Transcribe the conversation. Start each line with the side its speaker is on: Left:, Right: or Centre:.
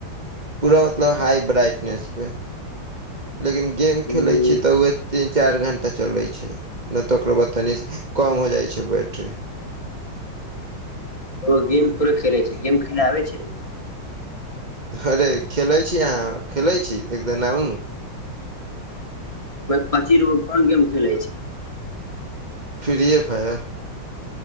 Right: पूरा मतलब हाई ब्राइटनेसपर लेकिन गेम
Left: हूँ
Right: खेलै छी तऽ ओएह। तीन चारि घण्टा चलै छै नहि तऽ ओकरो बाद तनी कम हो जाइ छै बैटरी।
Left: ओ गेम थोरे खेले छै गेम खेले आब छै,
Right: अरे खेलै छी अहाँ खेलै छी एक दना आउ न
Left: कचीर कोन गेम खेले छै।
Right: Free Fire.